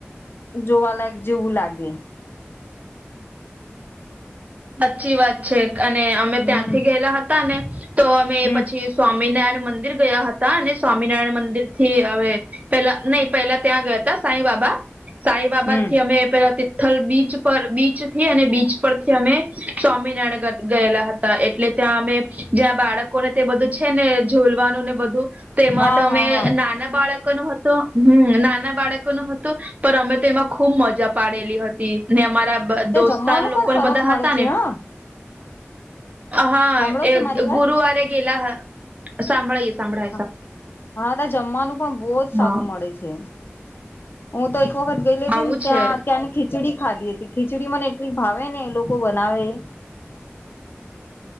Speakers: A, on the left; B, on the right.
A: જોવાલાયક જેવું લાગે....
B: સાચી વાત છે અને અમે
A: હમ
B: ત્યાંથી ગયેલા હતા ને તો અમે
A: હમ
B: પછી.... સ્વામિનારાયણ મંદિર ગયા હતા અને સ્વામિનારાયણ મંદિર થી હવે... પેલા નહી પેલા ત્યાં ગયા તા સાંઈ બાબા... સાંઈ બાબા
A: હમ
B: થી અમે પેલા તિથલ બીચ પર બીચ થી અને બીચ પરથી અમે... સ્વામિનારાયણ ગયેલા હતા એટલે ત્યાં અમે જ્યાં બાળકોને તે બધું... છે ને ઝૂલવાનુંને બધું તેમાં
A: હા
B: તો અમે
A: હા હા
B: નાના બાળક... નો હતો હમ નાના બાળકો નો હતો. પણ અમે તો એમાં ખૂબ મજા પાડેલી હતી ને અમારા...
A: ત્યાં
B: દોસ્તાર
A: જમવાનું
B: લોકોને
A: પણ સરસ
B: બધા
A: મળે
B: હતા
A: છે.
B: ને
A: હ...
B: હા
A: સાંભળો
B: એ
A: છો મારી વાત
B: ગુરુવારે ગેલા હ સાભળાયું સાભળાયું...
A: હ હા તા જમવાનું પણ બહુ જ સારું
B: હા
A: મળે છે. હું તો એક વખત ગયલી હતી
B: આવું
A: ને ત્યાં
B: છે
A: ત્યાંની... ખીચડી ખાધી હતી ખીચડી મને એટલી ભાવે ને એ લોકો બનાવે એ...